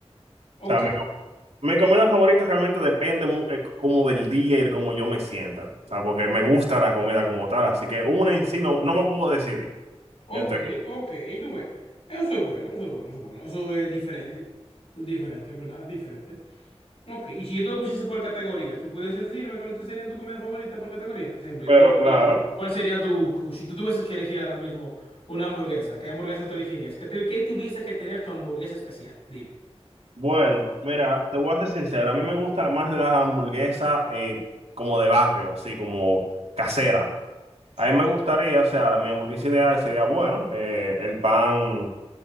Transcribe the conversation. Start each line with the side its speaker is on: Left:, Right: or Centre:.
Left: Ok,
Right: sea, mi, co- mi comida favorita realmente depende mu- eh, como del día y como yo me sienta. O sea, porque me gusta la comida como tal, así que una en sí no, no me puedo decidir
Left: ok,
Right: entre.
Left: ok, tú ves. Eso es bueno, eso es bueno, eso es bueno. Eso es diferente. Diferente, en verdad, es diferente. Ok, y si yo te lo pusiese por categorías, ¿tú puedes decirme cuáles te serían tus comidas favoritas por categoría? Siempre.
Right: Pero
Left: yo te digo a
Right: claro,
Left: ti, ¿Cuál sería tu, si tú tuvieses que elegir ahora mismo una hamburguesa, ¿qué hamburguesa tú elegirías? ¿Qué, te- qué tuviese que tener tu hamburguesa especial? Dime.
Right: bueno, mira, te voy a ser sincero, a mí me gusta más las hamburguesas eh, como de barrio, así como casera.
Left: Sí,
Right: A mí me gustaría, o sea, la- mi hamburguesa ideal sería, bueno, eh, el pan,